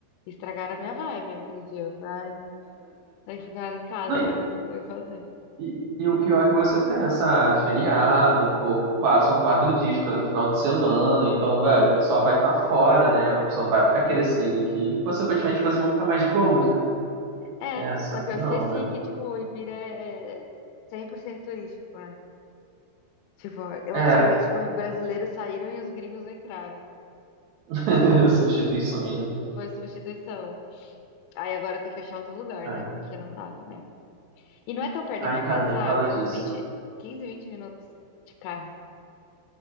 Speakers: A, on the left; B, on the right.
A: Estragaram a minha vibe aquele dia. Eu falei, Ai, tem que ficar em casa
B: Não, e,
A: mesmo, não tem o que fazer.
B: e- e o pior é que você pensa, ah, feriado, pô, qua- são quatro dias pelo final de semana, então, velho, o pessoal vai estar fora, né? O pessoal vai querer sair daqui. Consequentemente, as coisas vão ficar mais de boas, né?
A: É,
B: É, só
A: só
B: que
A: que eu
B: não,
A: esqueci
B: né?
A: que, tipo, o Ibira é é é 100% turístico, né? Tipo, eu
B: É,
A: acho que tipo, os brasileiros saíram e os gringos entraram.
B: <laughs> substituições, né?
A: Foi substituição. Aí agora tem que achar outro lugar,
B: É.
A: né? Porque não dá também. E não é tão perto
B: Ai,
A: da minha
B: cara,
A: casa,
B: nem
A: sabe?
B: fala disso.
A: É uns 20, 15, 20 minutos de carro.